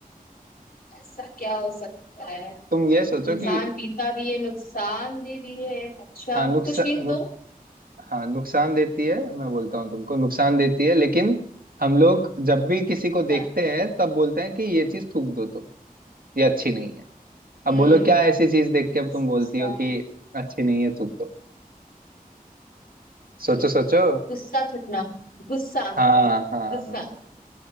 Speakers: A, on the left (about 70°); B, on the right (about 70°).
A: ऐसा क्या हो सकता है
B: तुम ये सोचो
A: इंसान
B: कि
A: पीता भी है नुकसान दे भी है अच्छा
B: हाँ नुकसान
A: कुछ हिंट दो
B: हाँ नुकसान देती है मैं बोलता हूँ तुमको नुकसान देती है लेकिन हम लोग जब भी किसी को देखते
A: हाँ
B: हैं तब बोलते हैं कि ये चीज थूक दो तुम ये अच्छी नहीं है अब
A: हम्म
B: बोलो क्या ऐसी चीज
A: गुस्सा
B: देख के अब तुम बोलती हो कि अच्छी नहीं है थूक दो सोचो सोचो
A: गुस्सा थकना गुस्सा
B: हाँ
A: गुस्सा
B: हाँ हाँ